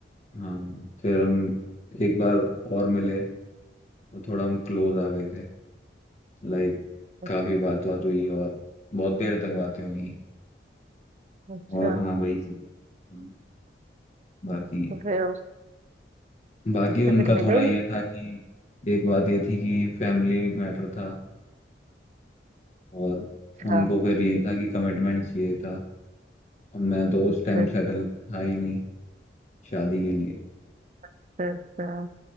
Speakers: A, on the left (about 40°); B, on the right (about 40°).
A: हाँ फिर हम एक बार और मिले तो थोड़ा हम क्लोज आ गए थे लाइक
B: अच्छा
A: काफी बात बात हुई और बहुत देर तक बातें हुई
B: अच्छा
A: और हाँ वही थी हम्म, बाकी
B: तो फिर उस
A: बाकी
B: उससे
A: उनका
B: फिर मिले
A: थोड़ा ये
B: नहीं
A: था कि एक बात ये थी कि फैमिली मैटर था और
B: अच्छा
A: उनको फिर ये था कि कमिटमेंट चाहिए था और मैं तो उस
B: अच्छा
A: टाइम सेटल था ही नहीं शादी के लिए
B: अच्छा अच्छा